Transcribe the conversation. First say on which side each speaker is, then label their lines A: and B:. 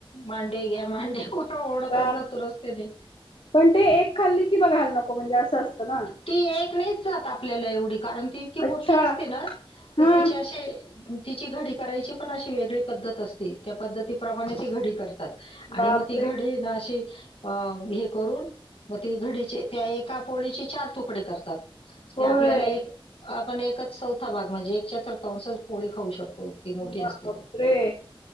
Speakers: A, on the left; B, on the left.
A: मांडे घ्या मांडे ओरडतच
B: बा
A: जातो रस्त्याने.
B: पण ते एक खाल्ली की बघायला नको म्हणजे असं असतं ना.
A: ती एक नाहीच जात आपल्याला एवढी कारण ती इतकी मोठी
B: अच्छा
A: असते ना तर
B: हा
A: तिचे असे. तिची घडी करायची पण अशी वेगळी पद्धत असते त्या पद्धतीप्रमाणे ती घडी करतात. आणि
B: बापरे
A: मग ती घडी ना अशी. अ हे करून मग ते घडीचे त्या एका पोळीचे चार तुकडे करतात. ते
B: होय.
A: आपल्याला एक आपण एकच चौथा भाग म्हणजे एक चतुर्थांअंश. पोळी खाऊ शकतो इतकी मोठी
B: बापरे
A: असते ती.